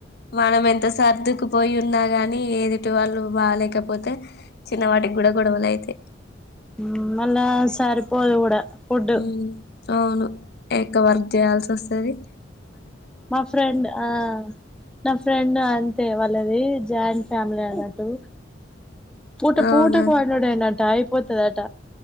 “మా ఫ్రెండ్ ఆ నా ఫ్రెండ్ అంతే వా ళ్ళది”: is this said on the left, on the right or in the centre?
Centre